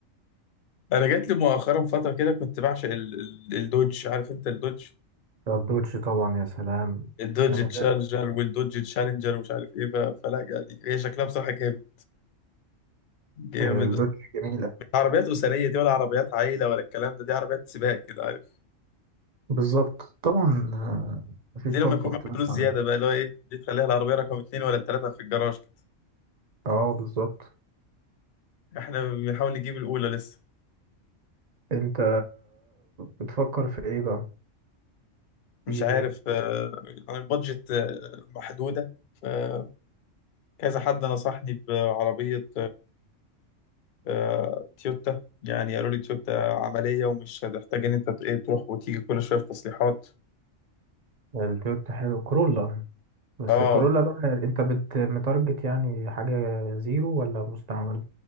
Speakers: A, on the left; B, on the right.
A: انا جات لي مؤخرا فتره كده كنت بعشق ال- ال- الدوج عارف انت الدوج
B: الدوج طبعا يا سلام
A: الدوج
B: جمالات
A: تشالنجر والدوج تشالنجر ومش عارف ايه ف- فلا يعني هي شكلها بصراحه جامد جامد
B: آه، اللوتش
A: بس
B: جميلة
A: مش عربيات اسريه دي ولا عربيات عائله ولا الكلام ده دي عربيات سباق كده عارف
B: بالظبط طبعا آه، مفيش
A: دي
B: برضه
A: لما يكون
B: اختلاف
A: معاك فلوس زياده
B: عن
A: بقى اللي هو ايه دي تخليها العربيه رقم اتنين ولا التلاته في الجراج كده
B: اه بالظبط
A: احنا بنحاول نجيب الاولى لسه
B: انت بتفكر في ايه بقى
A: مش
B: تجيب
A: عارف
B: ايه
A: آه، يعني البادجت آه، محدوده فكذا حد نصحني بعربيه آه، تويوتا يعني قالوا لي تويوتا عمليه ومش هتحتاج ان انت ت- إيه، تروح وتيجي كل شويه في تصليحات
B: التويوتا حلو كرولا بس
A: اه
B: الكورولا بقى انت بت متارجت يعني حاجة زيرو ولا مستعمل